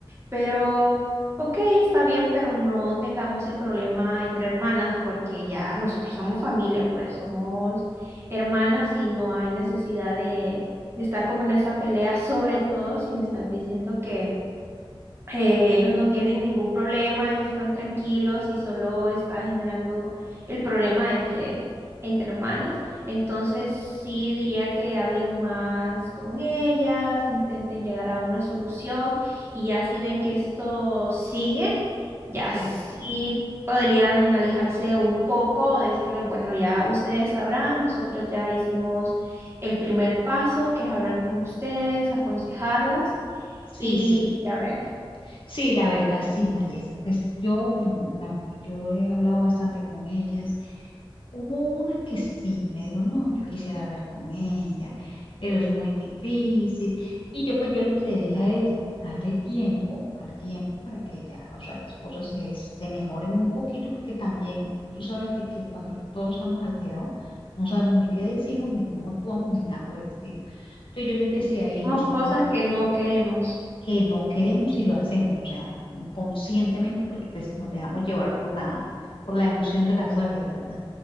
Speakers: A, on the right (about 25°); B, on the left (about 60°).
A: pero, ok, está bien, pero no tengamos el problema entre hermanas porque ya nosotros somos familia, pues somos hermanas y no hay necesidad de, de estar como en esa pelea, sobre todo si me estás diciendo que eh, ellos no tienen ningún problema, ellos están tranquilos y solo está generando el problema entre, entre hermanas. Entonces sí diría que hablen más con ellas, intenten llegar a una solución y ya si ven que esto sigue, ya
B: Sí.
A: sí podrían alejarse un poco o decirle, bueno, ya ustedes sabrán, nosotros ya hicimos el primer paso, que es hablar con ustedes, aconsejarlas
B: sí,
A: y
B: sí.
A: ya ver.
B: Sí, la verdad, sí, María. Es que pues yo, pues, na- yo he hablado bastante con ellas. Hubo una que sí, me dijo, no, yo quisiera hablar con ella, pero es muy difícil. Y yo pues yo le, que le dije a ella, dale tiempo al tiempo para que ella, o sea, las cosas se, se mejoren un poquito, porque también tú sabes de que cuando todos estamos alterados, no sabemos ni qué decimos, ni cómo actuamos, ni nada por el estilo. Entonces yo les decía a ella,
A: Hacemos
B: ustedes
A: cosas
B: están
A: que no queremos.
B: que no queremos y lo hacemos, o sea, inconscientemente, porque pues nos dejamos llevar por la, por la emoción de la rabia, la verdad